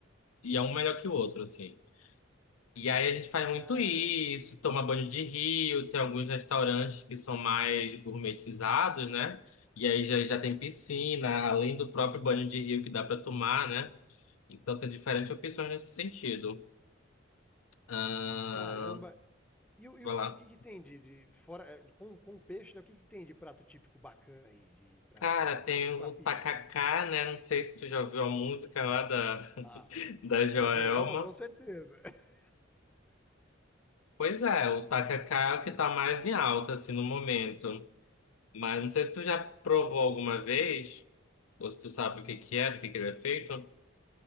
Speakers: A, on the left; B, in the centre.
A: E é um melhor que o outro, assim. E aí a gente faz muito
B: Caramba.
A: isso, toma banho de rio, tem alguns restaurantes que são mais gourmetizados, né? E aí já, já
B: Sim.
A: tem piscina, além do próprio banho de rio que dá pra tomar, né? Então tem diferentes opções nesse sentido. Ah,
B: Caramba! E, o- e,
A: vai
B: o-
A: lá.
B: e o que que tem de, de- fora eh, com, com peixe, né? O que que tem de prato típico bacana aí de para
A: Cara,
B: para
A: tem o
B: pedir?
A: Tacacá, né? Não sei se tu já ouviu a música lá da,
B: Ah,
A: <laughs> da
B: da
A: Joelma.
B: Joelma com certeza. <laughs>
A: Pois é, o Tacacá é o que tá mais em alta, assim, no momento. Mas não sei se tu já provou alguma vez, ou se tu sabe o que que é, do que que ele é feito.